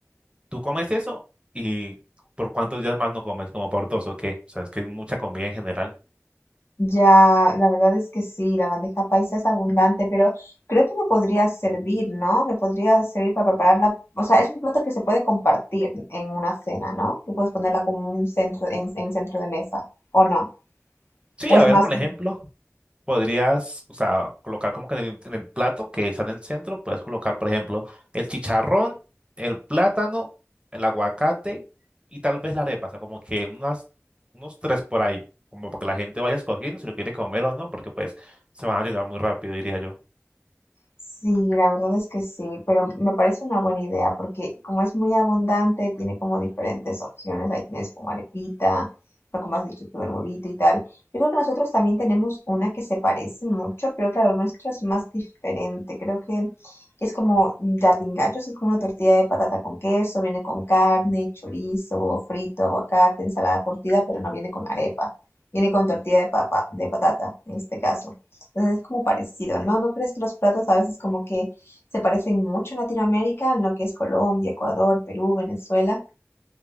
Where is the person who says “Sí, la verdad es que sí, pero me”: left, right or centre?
Left